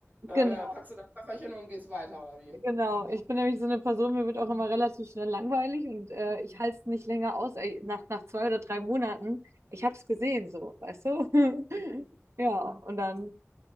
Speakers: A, on the right; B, on the right.
A: äh,
B: genau,
A: packst du dein Köfferchen und gehst weiter, oder wie?
B: Genau, ich bin nämlich so eine Person, mir wird auch immer relativ schnell langweilig und äh, ich halte es nicht länger aus, ey, nach, nach zwei oder drei Monaten. Ich habe es gesehen, so, weißt du? <laughs> Ja, und dann,